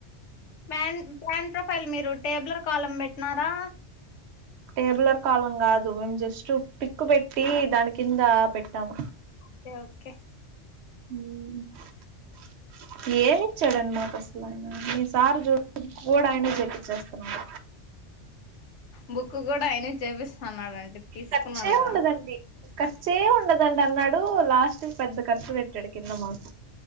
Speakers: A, on the left; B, on the right.
A: ప్యాన్ ప్యాన్ ప్రొఫైల్ మీరు టేబులర్ కాలం పెట్టినారా
B: టేబులర్ కాలం కాదు మేము జస్ట్ పిక్ పెట్టి దాని కింద పెట్టాము
A: ఓకే ఓకే
B: హ్మ్ ఏమిచ్చాడని మాకు అసలు ఆయన న సార్ చూ కూడా ఆయన చెప్పించేస్తానరు
A: బుక్ కూడా ఆయన చేపిస్తాండంట తీసుకున్నాడు
B: ఖర్చే
A: కదా
B: ఉండదండి ఖర్చే ఉండదండి అన్నాడు లాస్ట్ పెద్ద ఖర్చు పెట్టాడు కింద మాకు